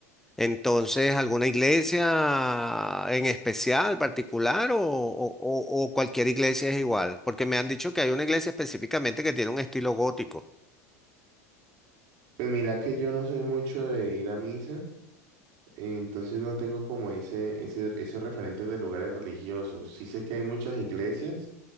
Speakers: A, in the centre; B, on the right.
A: Entonces, ¿alguna iglesia en especial, particular o, o- o- o cualquier iglesia es igual? Porque me han dicho que hay una iglesia específicamente que tiene un estilo gótico.
B: Pues mira que yo no soy mucho de ir a misa, eh, entonces no tengo como ese, ese, ese referente de lugares religiosos. Sí sé que hay muchas iglesias